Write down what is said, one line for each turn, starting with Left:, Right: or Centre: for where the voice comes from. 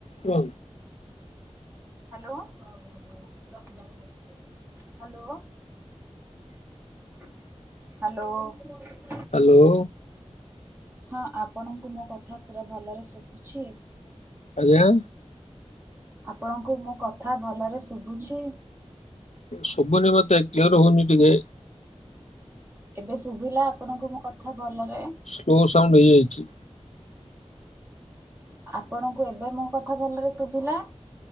Left: ହୁଁ
Right: hello hello hello
Left: hello
Right: ହଁ ଆପଣଙ୍କୁ ମୋ କଥା ପୁରା ଭଲରେ ଶୁଭୁଛି।
Left: ଆଜ୍ଞା
Right: ଆପଣଙ୍କୁ ମୋ କଥା ଭଲରେ ଶୁଭୁଛି।
Left: ସୁୁ୍ୁବୁନି ମତେ କ୍ଲିୟର ହଉନି ଟିିକେ।
Right: ଏବେ ଶୁଭିଲା ଆପଣଙ୍କୁ ମୋ କଥା ଭଲରେ?
Left: ସ୍ଲୋ ସଉଣ୍ଡ ହେଇଯାଇଛି।
Right: ଆପଣଙ୍କୁ ଏବେ ମୋ କଥା ଭଲରେ ଶୁଭିଲା।